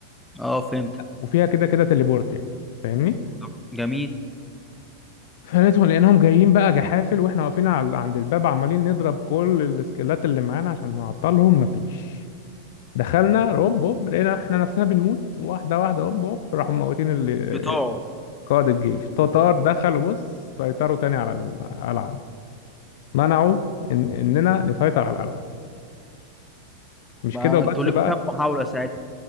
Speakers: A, in the centre; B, on the left.
A: اه فهمت
B: وفيها كده كده تليبورت يعني فاهمني
A: طب جميل
B: فلقيتهم لقيناهم جايين بقى جحافل واحنا واقفين على- عند الباب عمالين نضرب كل السكيلات اللي معانا عشان نعطلهم مفيش دخلنا هوب هوب لقينا احنا نفسنا بنموت واحده واحده هوب هوب راحوا موتين ال-
A: بتوعه
B: قائد الجيش تتار دخلوا بص سيطروا تاني على القلعه منعوا إن اننا نسيطر على القلعه مش
A: بقى
B: كده
A: ما
B: وبس
A: انتوا ليكوا
B: بقى
A: كام محاولة ساعتها